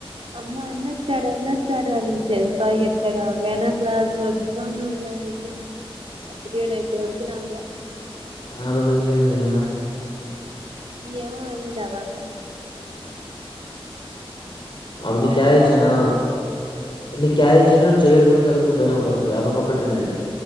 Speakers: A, on the right (about 70°); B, on the left (about 55°).
A: అమ్మా అన్నచ్చాడు అన్నచ్చాడు అనింది తెల్సా ఎట్ల నవ్వానో క్లాస్ మొ మొత్తం నవ్వా అయితే ఆ పీరియడ్ అయిపోయే వరకు నవ్వా.
B: ఆ పాపా ఎందుకు అనింది నినా
A: ఏమో అనిందా పాపా
B: అప్పుడ్ నీక్
A: నాలేకే
B: క్యాష్ ఇచ్చానా
A: మేడం
B: నీక్ క్యాష్ ను చెయి కడుక్కొని ఎక్కడ్కో పోయినవ్ పక్కకి ఆ పాపా ఒకటి ఉన్నది